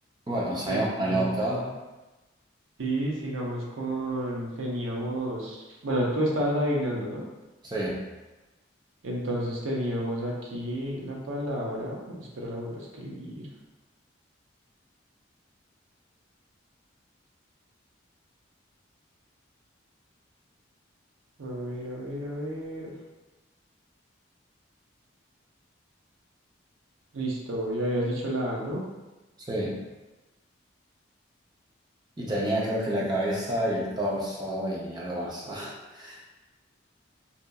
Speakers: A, on the right; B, on the right.
A: Bueno, salimos
B: Pues
A: con
B: bueno,
A: el ahorcado.
B: sí, sigamos con, teníamos, bueno, tú estabas adivinando, ¿no?
A: Sí,
B: Entonces teníamos aquí la palabra, espera, la vuelvo a escribir. A ver, a ver, a ver. Listo, ya habías dicho la A, ¿no?
A: sí. Y tenía creo que la cabeza y el torso y algo más. <laughs>